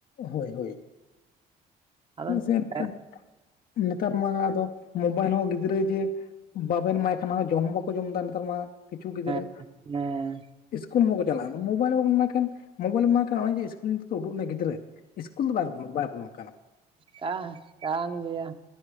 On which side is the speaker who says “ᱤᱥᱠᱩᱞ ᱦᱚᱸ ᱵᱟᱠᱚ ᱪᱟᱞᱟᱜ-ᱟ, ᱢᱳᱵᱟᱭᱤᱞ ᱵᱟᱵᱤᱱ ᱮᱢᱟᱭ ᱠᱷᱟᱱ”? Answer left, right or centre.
Left